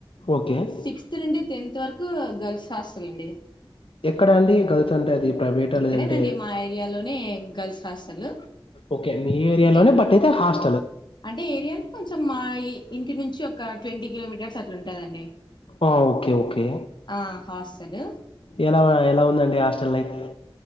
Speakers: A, on the left; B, on the left.
A: ఓకే
B: సిక్స్త్ నుండి టెన్త్ వరకు గర్ల్స్ హాస్టలండి
A: ఎక్కడ అండి గర్ల్స్ అంటే అది ప్రైవేటా
B: ఇక్కడేనండి
A: లేదంటే
B: మా ఏర్యాలోనే గర్ల్స్ హాస్టల్
A: ఓకే మీ ఏర్యాలోనే
B: అంటే
A: బటైతే హాస్
B: అంటే ఏర్యాంటే కొంచెం మా ఇంటి నుంచి ఒక ట్వంటీ కిలోమీటర్స్ అట్లా ఉంటదండి
A: ఆ ఓకే ఓకే
B: ఆ హాస్టల్
A: ఎలా ఎలా ఉందండి హాస్టల్ లైఫ్